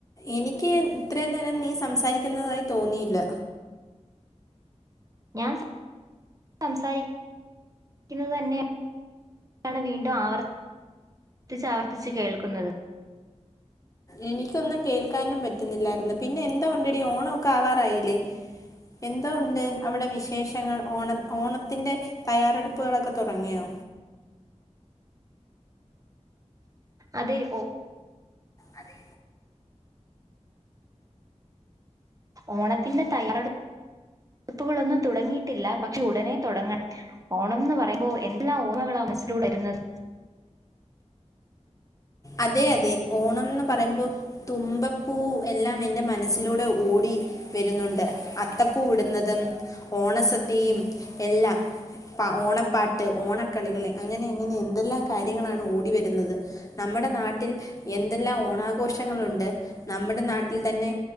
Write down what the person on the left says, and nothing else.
എനിക്ക് ഇത്രയും നേരം നീ സംസാരിക്കുന്നതായി തോന്നിയില്ല
എനിക്കൊന്നും കേൾക്കാനും പറ്റുന്നില്ലായിരുന്നു പിന്നെ എന്തോ ഒണ്ടടി ഓണം ഒക്കെ ആവാറായില്ലേ എന്തോ ഒണ്ട് അവിടെ വിശേഷങ്ങൾ ഓണ ഓണത്തിൻ്റെ തയ്യാറെടുപ്പുകളൊക്കെ തുടങ്ങിയോ
അതെ
അതെ അതെ ഓണംന്ന് പറയുമ്പോ തുമ്പപ്പൂ എല്ലാം എന്റെ മനസ്സിലൂടെ ഓടി വരുന്നുണ്ട് അത്തപ്പൂ ഇടുന്നതും ഓണസദ്യയും എല്ലാം പ ഓണപ്പാട്ട് ഓണക്കളികള് അങ്ങനെ അങ്ങനെ എന്തെല്ലാം കാര്യങ്ങളാണ് ഓടി വരുന്നത് നമ്മുടെ നാട്ടിൽ എന്തെല്ലാം ഓണാഘോഷങ്ങളുണ്ട് നമ്മുടെ നാട്ടിൽ തന്നെ